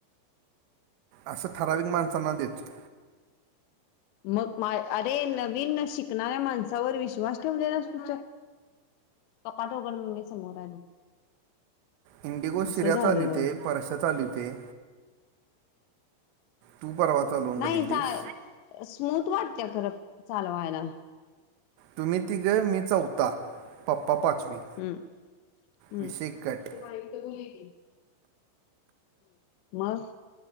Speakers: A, on the right; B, on the left.
A: असं ठराविक माणसांना देतोयं.
B: मग माय अरे नवीन शिकणाऱ्या माणसावर विश्वास ठेवलेलास तुझा कपाट ऊघड मम्मी समोर आलो.
A: इंडिगो
B: असं
A: शिऱ्या
B: झालं
A: चालीवतय, परश्या चालीवतय. तू परवा चालवून
B: नाही
A: बघितलीस
B: चा स्मूथ वाटते्या खरं चालवायला.
A: तुम्ही तिघं, मी चौथा, पप्पा पाचवी
B: हम्म, हम्म.
A: विषय कट
B: ये बाई करू दे की. मग